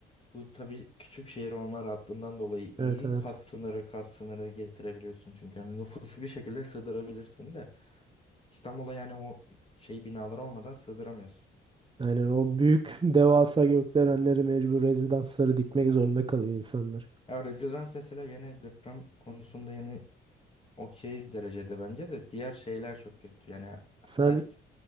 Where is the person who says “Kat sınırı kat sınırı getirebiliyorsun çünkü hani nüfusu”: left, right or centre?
Left